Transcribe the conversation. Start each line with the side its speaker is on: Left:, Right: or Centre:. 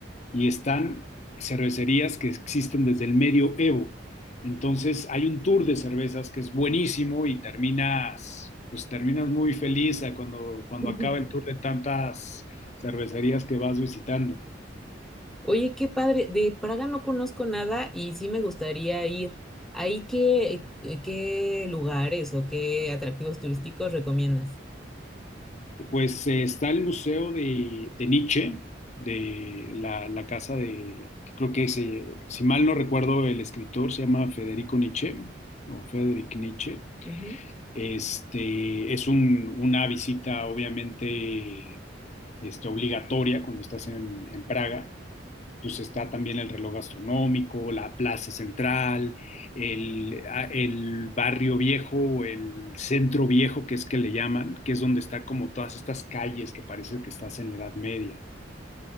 Left: y están cervecerías que existen desde el medioevo. Entonces hay un tour de cervezas que es buenísimo y terminas, pues terminas muy feliz a cuando, cuando
Centre: <laughs>
Left: acaba el tour de tantas cervecerías que vas visitando.
Centre: Oye, qué padre. De Praga no conozco nada y sí me gustaría ir. ¿Ahí qué, qué qué lugares o qué atractivos turísticos recomiendas?
Left: Pues eh, está el Museo de, de Nietzsche, de la, la casa de, creo que se- si mal no recuerdo, el escritor se llama Federico Nietzsche o Federic Nietzsche.
Centre: Ujú.
Left: Este, es un- una visita obviamente este, obligatoria cuando estás en, en Praga. Pues está también el reloj astronómico, la plaza central, el, a- el barrio viejo o el centro viejo, que es que le llaman, que es donde está como todas estas calles que parece que estás en la Edad Media.